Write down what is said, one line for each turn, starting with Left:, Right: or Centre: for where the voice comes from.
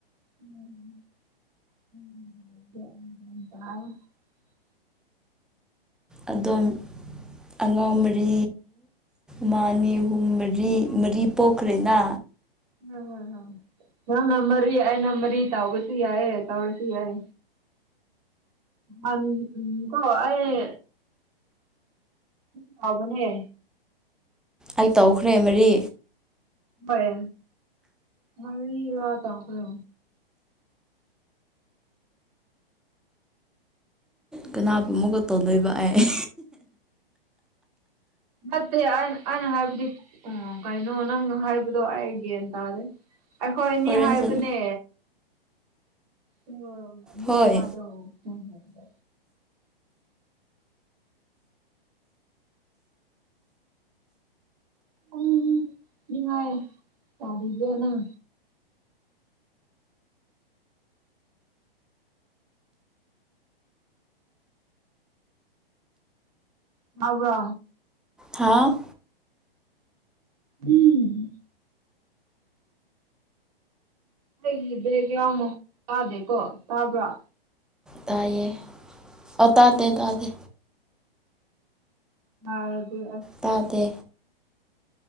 Right: ꯎꯝꯝ <unintelligible>
Centre: ꯑꯗꯣ ꯑꯉꯥꯡ ꯃꯔꯤ ꯃꯥ ꯑꯅꯤ ꯑꯍꯨꯝ ꯃꯔꯤ ꯃꯔꯤ ꯄꯣꯛꯈ꯭ꯔꯦꯅ
Right: ꯍꯣꯏ ꯍꯣꯏ ꯅꯪꯅ ꯃꯔꯤ ꯑꯩꯅ ꯃꯔꯤ ꯇꯥꯎꯕꯁꯨ ꯌꯥꯏꯑ ꯇꯥꯎꯔꯁꯨ ꯌꯥꯏ ꯎꯝ ꯀꯣ ꯑꯩ ꯑꯗꯨ ꯍꯥꯎꯕꯅꯦ
Centre: ꯑꯩ ꯇꯧꯈ꯭ꯔꯦ ꯃꯔꯤ
Right: ꯍꯣꯏ ꯃꯔꯤ ꯇꯧꯈ꯭ꯔꯦ
Centre: ꯀꯅꯥꯕꯨ ꯃꯨꯛꯀ ꯇꯣꯟꯗꯣꯏꯕ ꯑꯩ
Right: ꯅꯠꯇꯦ ꯑꯩꯅ ꯍꯥꯏꯕꯗꯤ ꯑꯣ ꯀꯩꯅꯣ ꯅꯪ ꯍꯥꯏꯕꯗꯣ ꯑꯩ ꯒ꯭ꯌꯥꯟ ꯇꯥꯗꯦ ꯑꯈꯣꯏ ꯑꯅꯤ
Centre: ꯍꯣꯔꯦꯟ
Right: ꯍꯥꯏꯕꯅꯦ
Centre: ꯁꯟ
Right: ꯑꯥ ꯃꯤ
Centre: ꯍꯣꯏ
Right: ꯑꯃꯗꯣ <unintelligible> ꯎꯝ ꯎꯝ <unintelligible> ꯇꯧꯕꯤꯕ꯭ꯔꯥ ꯅꯪ ꯍꯥꯎꯕ꯭ꯔꯣ
Centre: ꯍꯥꯎ
Right: ꯎꯝ ꯑꯩꯒꯤ ꯕꯦꯛꯒ꯭ꯔꯥꯎ ꯃ ꯇꯥꯗꯦꯀꯣ ꯇꯥꯕ꯭ꯔꯥ
Centre: ꯇꯥꯏꯌꯦ ꯑ ꯇꯥꯗꯦ ꯇꯥꯗꯦ
Right: ꯍꯔꯗꯤ ꯑꯁ
Centre: ꯇꯥꯗꯦ